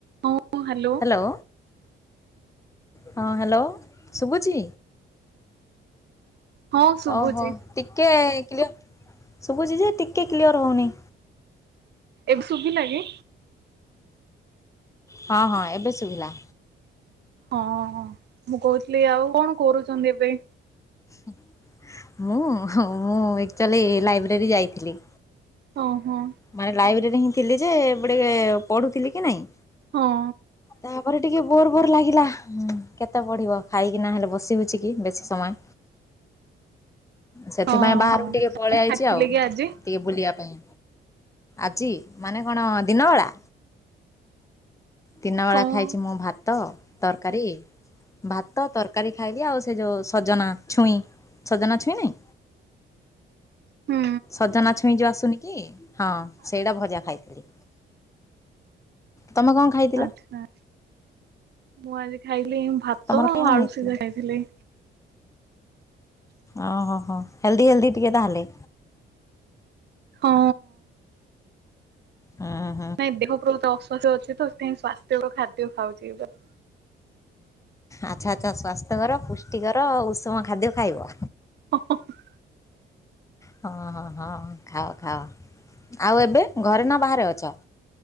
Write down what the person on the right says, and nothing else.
ହଁ ହଁ ହାଲୋ।
ହଁ ଶୁଭୁଛି
ଏବେ ଶୁଭିଲା କି?
ହଁ ମୁଁ କହୁଥିଲି ଆଉ କଣ କରୁଚନ୍ତି ଏବେ?
ଓ ହଁ।
ହଁ।
ହଁ
ଖାଇଥିଲେ
କି ଆଜି
କଣ?
ହୁଁ
ଆଚ୍ଛା, ମୁଁ ଆଜି ଖାଇଲି ଭାତ
ଆଉ
ଆଳୁ
ସିଝା ଖାଇଥିଲି।
ହଁ।
ନାଇଁ ଦେହ ବହୁତ ଅସୁସ୍ଥ ଅଛି ତ ସେଥିପାଇଁ ସ୍ୱାସ୍ଥ୍ୟକର ଖାଦ୍ୟ ଖାଉଛି ଏବେ।
ହଁ, ହଁ।